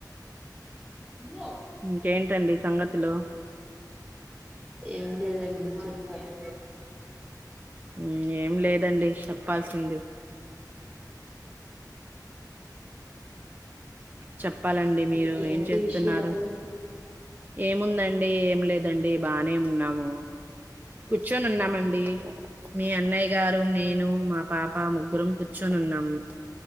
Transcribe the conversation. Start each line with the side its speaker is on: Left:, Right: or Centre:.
Centre: ఉ
Right: ఇంకేంటండి సంగతులు
Centre: ఎం లేదండి చెప్పాలి
Right: ఉ ఏం లేదు వదండి చెప్పాల్సింది చెప్పాలండి మీరు
Centre: ఇంకేంటి
Right: ఏం చేస్తున్నారు
Centre: విషయాలు
Right: ఏముందండి ఏం లేదండి బానే ఉన్నాము కూర్చొని ఉన్నామండి మీ అన్నయ్య గారు నేను మా పాప ముగ్గురం కూర్చొనున్నాము